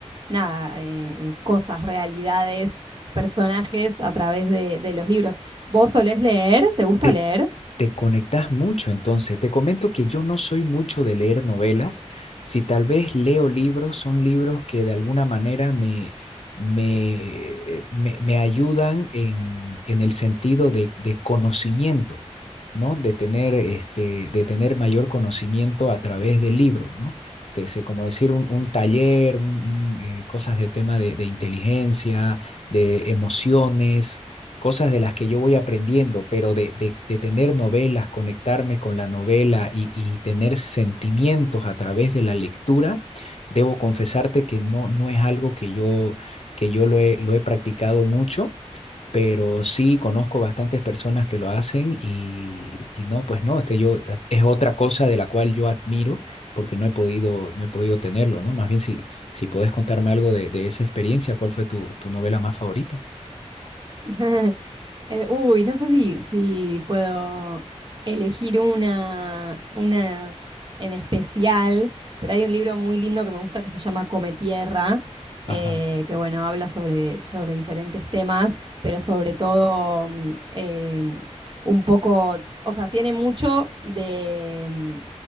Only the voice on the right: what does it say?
nada, eh, eh, cosas, realidades, personajes a través de, de los libros. ¿Vos solés leer? ¿Te gusta
leer?
<laughs> Eh, uy, no sé si, si puedo elegir una, una en especial, pero hay un libro muy lindo que me gusta que se llama Come Tierra, eh,
que bueno, habla sobre, sobre diferentes temas, pero sobre todo mm, em, un poco, o sea, tiene mucho de, mm,